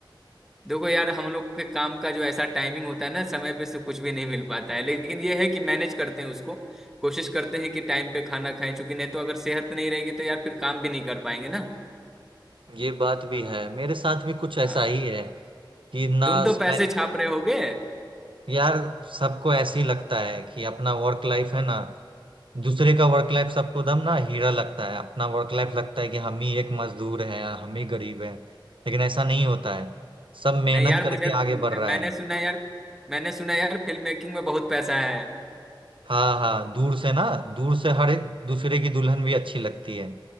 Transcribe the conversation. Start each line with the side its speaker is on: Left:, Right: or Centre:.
Centre: देखो यार हम लोग के काम का जो ऐसा टाइमिंग होता है ना समय पे से कुछ भी नहीं मिल पाता है लेकिन ये है कि मैनेज करते हैं उसको कोशिश करते हैं कि टाइम पे खाना खाएं चूंकि नहीं तो अगर सेहत नहीं रहेगी तो यार फिर काम भी नहीं कर पाएंगे ना
Right: ये बात भी है मेरे साथ भी कुछ ऐसा
Centre: हाँ
Right: ही है कि ना
Centre: तुम तो
Right: समय
Centre: पैसे छाप रहे होगे
Right: यार सबको ऐसे ही लगता है कि अपना वर्क लाइफ है ना दूसरे का वर्क लाइफ सबको दम ना हीरा लगता है अपना वर्क लाइफ लगता है कि हम ही एक मजदूर हैं हम ही गरीब हैं लेकिन ऐसा नहीं होता है सब मेहनत
Centre: नहीं यार
Right: करके
Centre: मुझे
Right: आगे बढ़ रहा
Centre: मैंने
Right: है
Centre: सुना यार मैंने सुना यार फिल्म मेकिंग में बहुत पैसा है
Right: हाँ हाँ दूर से ना दूर से हर एक दूसरे की दुल्हन भी अच्छी लगती है